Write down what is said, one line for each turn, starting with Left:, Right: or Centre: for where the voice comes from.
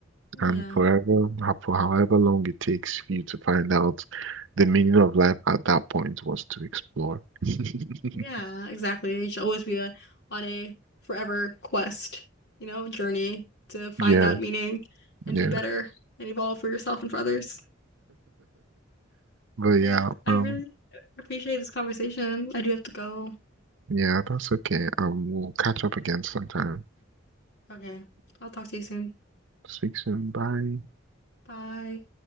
Left: yeah
Right: and forever, for however long it takes for you to find out the meaning of life at that point was to explore. <laughs>
Left: Yeah, exactly. It should always be a, on a forever quest, you know, journey to find
Right: Yeah,
Left: that meaning and
Right: yeah.
Left: be better and evolve for yourself and for others.
Right: But
Left: But
Right: yeah,
Left: yeah, I
Right: um,
Left: really appreciate this conversation. I do have to go.
Right: yeah, that's okay. Um, we'll catch up again sometime.
Left: Okay. I'll talk to you soon.
Right: Speak soon. Bye.
Left: Bye.